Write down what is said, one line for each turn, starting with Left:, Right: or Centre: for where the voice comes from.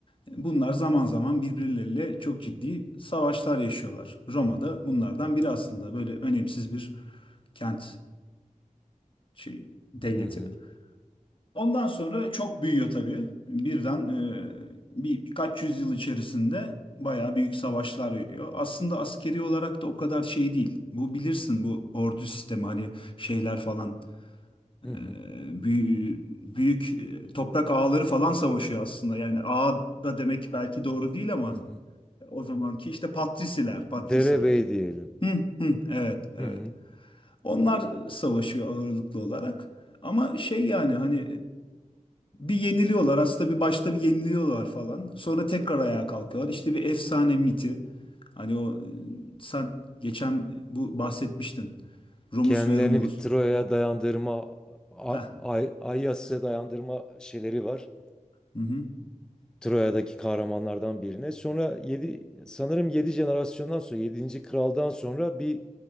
Left: E, Bunlar zaman zaman birbirleriyle çok ciddi savaşlar yaşıyorlar. Roma'da bunlardan biri aslında böyle önemsiz bir kent şey devleti.
Centre: Hı hı.
Left: Ondan sonra çok büyüyor tabii. Birden e, bir birkaç yüzyıl içerisinde bayağı büyük savaşlar veriyor. Aslında askeri olarak da o kadar şey değil. Bu bilirsin bu ordu sistemi hani şeyler falan
Centre: Hı
Left: e,
Centre: hı,
Left: büyü- büyük, e, toprak ağaları falan savaşıyor aslında. Yani ağa da demek belki doğru değil ama
Centre: hı hı.
Left: o zamanki işte patrisiler, patrisiler.
Centre: Derebey diyelim.
Left: Hı, hı, evet, evet.
Centre: Hı hı.
Left: Onlar savaşıyor ağırlıklı olarak. Ama şey yani hani e, bir yeniliyorlar. Aslında bir başta bir yeniliyorlar falan. Sonra tekrar ayağa kalkıyorlar. İşte bir efsane miti. Hani o e, sen geçen bu bahsetmiştin. Romus
Centre: Kendilerini
Left: ve Romulus.
Centre: bir Troya'ya dayandırma, A-
Left: Heh.
Centre: Ay- Ayyas'a dayandırma şeyleri var.
Left: Hı hı.
Centre: Troya'daki kahramanlardan birine. Sonra 7 sanırım 7 jenerasyondan sonra yedinci kraldan sonra bir